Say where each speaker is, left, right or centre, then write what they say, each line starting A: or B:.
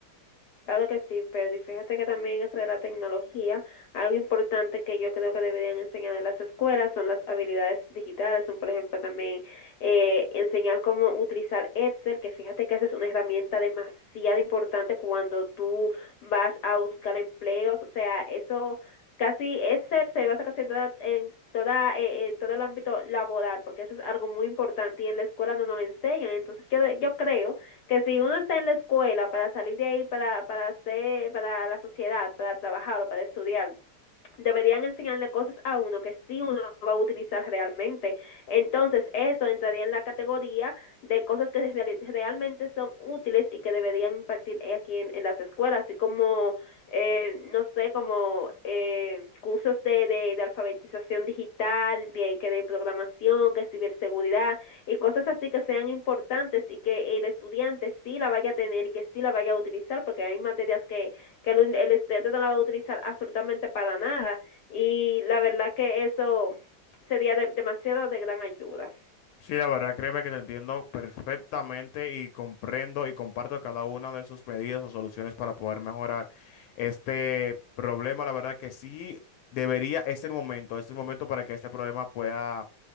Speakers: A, on the left; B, on the left.
A: Claro que sí, pero y fíjate que también eso de la tecnología, algo importante que yo creo que deberían enseñar en las escuelas son las habilidades digitales, son por ejemplo también eh, enseñar cómo utilizar Excel, que fíjate que esa es una herramienta demasiado importante cuando tú vas a buscar empleos, o sea, eso casi Excel se basa casi en toda, en toda, eh, en todo el ámbito laboral, porque eso es algo muy importante y en la escuela no nos lo enseñan, entonces yo, yo creo que si uno está en la escuela para salir de ahí para para hacer para la sociedad, para trabajar o para estudiar, deberían enseñarle cosas a uno que sí uno va a utilizar realmente. Entonces, eso entraría en la categoría de cosas que realmente son útiles y que deberían impartir aquí en, en las escuelas, así como, eh, no sé, como eh, cursos de, de, de, alfabetización digital, de, que de programación, que ciberseguridad y cosas así que sean importantes y que el estudiante sí la vaya a tener y que sí la vaya a utilizar, porque hay materias que que el, el estudiante no la va a utilizar absolutamente para nada y la verdad que eso sería de, demasiado de gran ayuda.
B: Sí, la verdad, créeme que te entiendo perfectamente y comprendo y comparto cada una de sus medidas o soluciones para poder mejorar este problema. La verdad que sí debería, es el momento, es el momento para que este problema pueda,